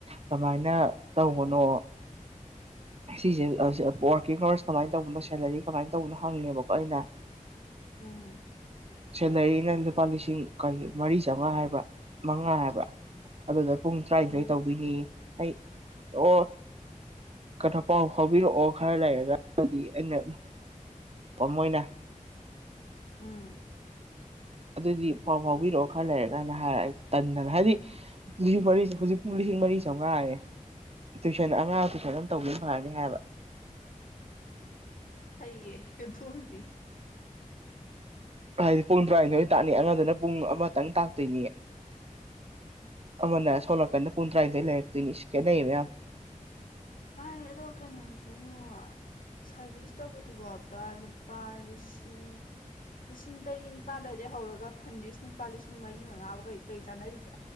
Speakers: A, on the right (about 45°); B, on the left (about 80°).
A: ꯀꯃꯥꯏꯅ ꯇꯧꯕꯅꯣ <inaudible> ꯁꯤꯁꯦ ꯋꯥꯔꯀꯤꯡ ꯀꯔꯁ ꯀꯃꯥꯏꯅ ꯇꯧꯕꯅꯣ ꯁꯦꯂꯔꯤ ꯀꯃꯥꯏꯅ ꯇꯧꯕꯅꯣ ꯍꯪꯉꯦꯕꯀꯣ ꯑꯩꯅ
B: ꯎꯝ
A: ꯁꯦꯂꯔꯤꯅ ꯂꯨꯄꯥ ꯂꯤꯁꯤꯡ ꯃꯔꯤ ꯆꯥꯝꯃꯉꯥ ꯍꯥꯏꯕ ꯃꯉꯥ ꯍꯥꯏꯕ ꯑꯗꯨꯗ ꯄꯨꯡ ꯇꯔꯥꯅꯤꯊꯣꯏ
B: ꯎꯝ
A: ꯇꯧꯗꯣꯏꯅꯤ ꯑꯩ ꯑꯣ ꯀꯊꯣ ꯄꯥꯎ ꯐꯥꯎꯕꯤꯔꯛꯑꯣ ꯈꯔ ꯂꯩꯔꯗꯤ ꯑꯩꯅ ꯑꯣꯃꯣꯏꯅꯥ
B: ꯎꯝ
A: <inaudible> ꯑꯗꯨꯏꯗꯤ ꯄꯥꯎ ꯐꯥꯎꯕꯤꯔꯛꯑꯣ ꯈꯔ ꯂꯩꯔ ꯀꯥꯏꯅ ꯍꯥꯏꯔ ꯑꯩ ꯇꯟꯗꯅ ꯍꯥꯏꯗꯤ ꯂꯤꯁꯤꯡ ꯃꯔꯤꯁꯦ ꯍꯧꯖꯤꯛ ꯄ ꯂꯤꯁꯤꯡ ꯃꯔꯤ ꯁ ꯉꯥꯏꯔꯦ ꯇꯨꯏꯁꯟ ꯑꯉꯥꯡ ꯇꯨꯏꯁꯟ ꯑꯗꯨ ꯇꯧꯕꯒ ꯐꯔꯅꯤ ꯍꯥꯏꯕ
B: ꯑꯏꯌꯦ ꯊꯗꯤ
A: ꯍꯥꯏꯗꯤ ꯄꯨꯡ ꯇꯔꯥꯅꯤꯊꯣꯏ ꯇꯥꯛꯅꯤ ꯑꯉꯗꯅ ꯄꯨꯡ ꯑꯃꯇꯪ ꯇꯥꯛꯇꯣꯏꯅꯤ ꯑꯃꯅ ꯁꯣꯂꯛꯀꯥꯟꯗ ꯄꯨꯡ ꯇꯔꯥꯅꯤꯗꯣꯏ ꯂꯩꯔꯛꯇꯣꯏꯅꯤ ꯁꯤ ꯈꯦꯠꯅꯩꯌꯦ ꯃꯌꯥꯝ
B: ꯍ ꯑꯦꯗꯣ ꯀꯅꯣ ꯑꯣ ꯁꯥꯔꯚꯤꯁ ꯇꯧꯕꯗꯨꯐꯥꯎꯗ ꯂꯨꯄꯥ ꯂꯤꯁꯤꯡ ꯂꯤꯁꯤꯡ ꯇꯔꯦꯠ ꯅꯤꯄꯥꯜꯗꯗꯒꯤ ꯍꯧꯔꯒ ꯐ꯭ꯔꯟꯗꯤꯛꯁ ꯂꯨꯄꯥ ꯂꯤꯁꯤꯡ ꯃꯔꯤ ꯃꯉꯥꯕꯨ ꯀꯩ ꯀꯔꯤ ꯆꯥꯟꯅꯔꯤꯒꯦ